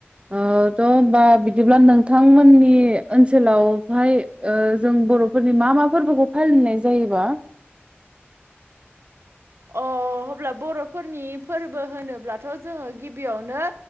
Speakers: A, on the right; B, on the right.
A: ओ थ' बा बिदिब्ला नोंथांमोननि ओनसोलावहाय ओ जों बर'फोरनि मा मा फोरबोखौ फालिनाय जायोबा?
B: अ अब्ला बर'फोरनि फोरबो होनोब्लाथ' जोङो गिबियावनो